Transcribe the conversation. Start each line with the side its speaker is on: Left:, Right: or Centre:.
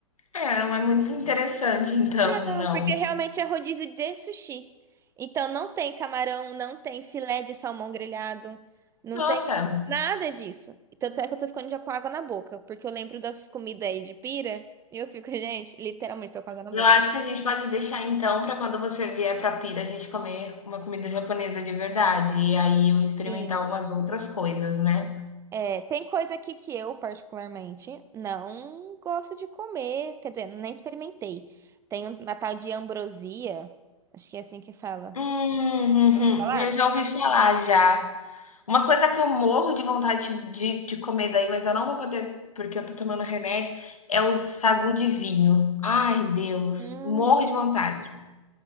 Left: É, não é muito interessante, então,
Right: Não,
Left: não.
Right: Porque realmente é rodízio de sushi. Então não tem camarão, não tem filé de salmão grelhado, não
Left: Nossa,
Right: tem nada disso. E Tanto é que eu tô ficando já com água na boca, porque eu lembro das comidas aí de pira e eu fico, <laughs> gente, literalmente tô com água na boca.
Left: eu acho que a gente pode deixar então para quando você vier para Pira a gente comer uma comida japonesa de verdade e aí eu experimentar
Right: Sim.
Left: algumas outras coisas, né?
Right: É, tem coisa aqui que eu, particularmente, não gosto de comer, quer dizer, nem experimentei. Tem uma tal de ambrosia, acho que é assim que fala.
Left: Hum,
Right: Falar?
Left: <laughs> uhum, eu já ouvi falar já. Uma coisa que eu morro de vontade de, de comer daí, mas eu não vou poder porque eu tô tomando remédio, é o sagu de vinho. Ai, Deus,
Right: Hum,
Left: morro de vontade.